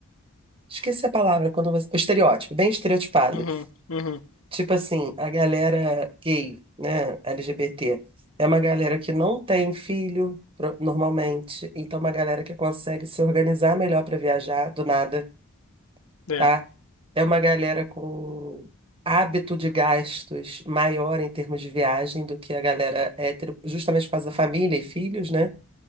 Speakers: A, on the right; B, on the left.
A: Esqueci a palavra quando você. O estereótipo, bem estereotipado.
B: Uhum, uhum,
A: tipo assim, a galera gay, né, LGBT, é uma galera que não tem filho, pro- normalmente, então é uma galera que consegue se organizar melhor para viajar, do nada,
B: é,
A: tá? É uma galera com hábito de gastos maior em termos de viagem do que a galera hétero, justamente por causa da família e filhos, né?